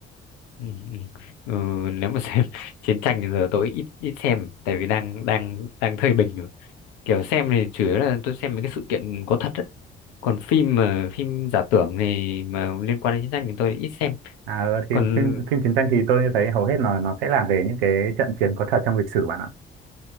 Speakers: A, on the left; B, on the right.
A: ừ, ừ. Ừ, nếu mà xem <laughs> chiến tranh thì giờ tôi ít ít xem tại vì đang đang đang thời bình rồi. kiểu xem thì chủ yếu là tôi xem mấy cái sự kiện có thật ấy. còn phim mà phim giả tưởng thì mà liên quan đến chiến tranh thì tôi ít xem
B: à ờ, thì
A: còn
B: phim phim chiến tranh thì tôi thấy hầu hết là nó sẽ làm về những cái trận chiến có thật trong lịch sử bạn ạ